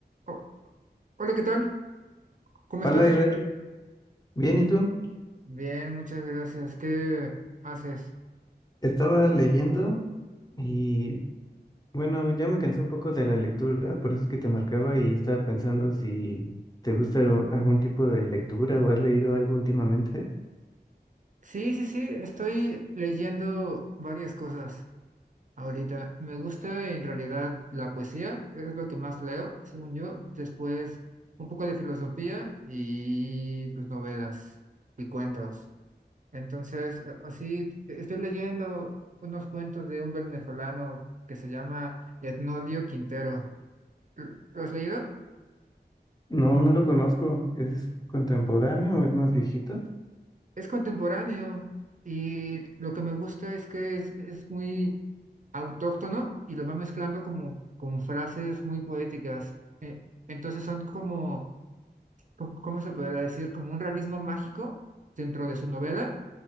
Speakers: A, on the right; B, on the left.
A: Oh, hola, ¿qué tal? ¿Cómo estás?
B: Hola Israel, bien, ¿y tú?
A: Bien, muchas gracias. ¿Qué haces?
B: Estaba leyendo y bueno, ya me cansé un poco de la lectura, por eso es que te marcaba y estaba pensando si te gusta al- algún tipo de lectura o has leído algo últimamente.
A: Sí, sí, sí, estoy leyendo varias cosas ahorita. Me gusta en realidad la poesía, es lo que más leo, según yo. Después un poco de filosofía y pues novelas y cuentos. Entonces, a- así e- estoy leyendo unos cuentos de un venezolano que se llama Etnodio Quintero. ¿Lo lo has leído?
B: No, no lo conozco, ¿es contemporáneo o es más viejito?
A: Es contemporáneo y lo que me gusta es que es, es muy autóctono y lo va mezclando como con frases muy poéticas. Eh, entonces son como, co- ¿cómo se podría decir? Como un realismo mágico dentro de su novela